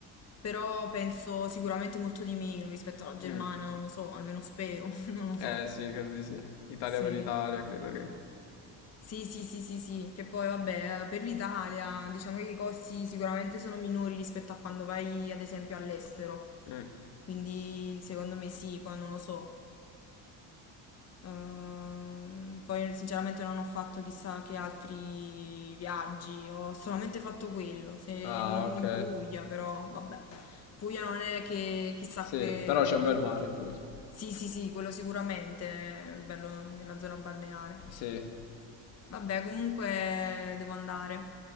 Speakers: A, on the left; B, on the left.
A: però penso sicuramente molto di meno rispetto alla Germania,
B: Mm.
A: non lo so, almeno spero, <laughs> non lo
B: Eh
A: so.
B: sì, credo di sì. Italia
A: Sì.
B: per Italia, credo che...
A: Sì, sì, sì, sì, sì, che poi vabbè, per l'Italia diciamo che i costi sicuramente sono minori rispetto a quando vai ad esempio all'estero,
B: Mm.
A: quindi secondo me sì, poi non lo so. Ehm, poi sinceramente non ho fatto chissà che altri viaggi, ho solamente fatto quello, se
B: Ah,
A: non
B: ok.
A: in Puglia, però vabbè. Puglia non è che chissà
B: Sì,
A: che...
B: però c'è un bel mare in Puglia.
A: Sì, sì, sì, quello sicuramente, bello nella zona balneare.
B: Sì,
A: Vabbè, comunque devo andare.